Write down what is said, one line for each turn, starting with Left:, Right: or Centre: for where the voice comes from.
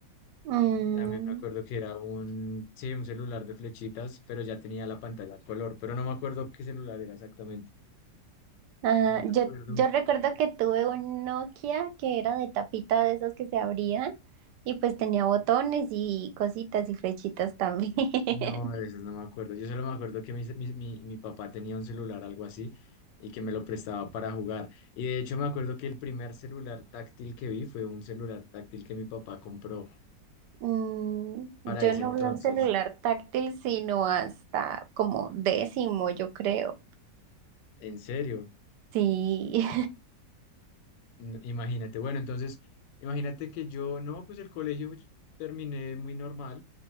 Right: Mm.
Left: También me acuerdo que era un, sí, un celular de flechitas, pero ya tenía la pantalla a color, pero no me acuerdo qué celular era exactamente.
Right: Ah,
Left: No me
Right: yo,
Left: acuerdo
Right: yo recuerdo que tuve un Nokia que era de tapita de esas que se abrían y pues tenía botones y cositas y flechitas también. <laughs>
Left: No, de esos no me acuerdo. Yo solo me acuerdo que mi, mi, mi- mi papá tenía un celular, algo así, y que me lo prestaba para jugar. Y de hecho me acuerdo que el primer celular táctil que vi fue un celular táctil que mi papá compró
Right: Mm, yo
Left: para ese
Right: no
Left: entonces.
Right: usé un celular táctil sino hasta como décimo, yo creo.
Left: En serio,
Right: Sí.
Left: N- imagínate. Bueno, entonces, imagínate que yo, no, pues el colegio yo terminé muy normal.